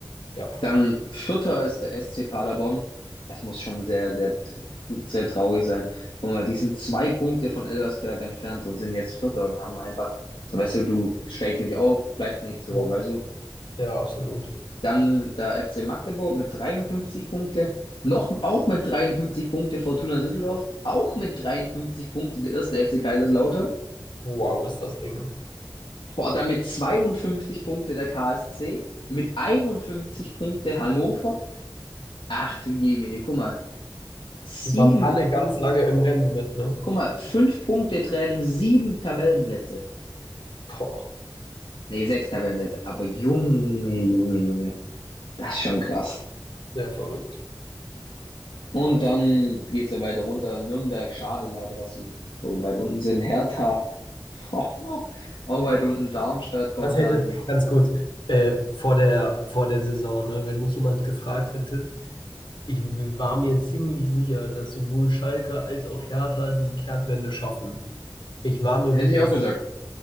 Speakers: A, on the left; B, on the left.
A: Ja,
B: Dann Vierter ist der SC Paderborn. Das muss schon sehr, sehr, sehr traurig sein. Guck mal, die sind zwei Punkte von Elversberg entfernt und sind jetzt Vierter und haben einfach, so weißt du, du steigst nicht auf, bleib nicht so,
A: ja,
B: weißt du.
A: ja, absolut.
B: Dann der FC Magdeburg mit 53 Punkte. Noch, auch mit 53 Punkte Fortuna Düsseldorf. Auch mit 53 Punkte der erste FC Kaiserslautern.
A: Wow, ist das eng.
B: Boah, dann mit 52 Punkte der KSC. Mit 51 Punkte Hannover. Ach du Jemine, guck mal. Sieben.
A: Die waren alle ganz lange im Rennen mit, ne?
B: Guck mal, fünf Punkte trennen, sieben Tabellenplätze.
A: Boah,
B: Nee, sechs Tabellenplätze. Aber Junge, Junge, Junge. Das ist schon krass.
A: sehr verrückt.
B: Und
A: Sehr
B: dann
A: ver-
B: geht's ja weiter runter. Nürnberg, schade leider, dass sie so weit unten sind. Hertha, <laughs> auch weit unten. Darmstadt kommt
A: Das hätte,
B: dann.
A: ganz kurz, äh, vor der, vor der Saison, ne, wenn mich jemand gefragt
B: Ja,
A: hätte, ich w- war mir ziemlich sicher, dass sowohl Schalke als auch Hertha die Kehrtwende schaffen. Ich war mir
B: hätte
A: wirklich
B: ich auch gesagt.
A: sicher,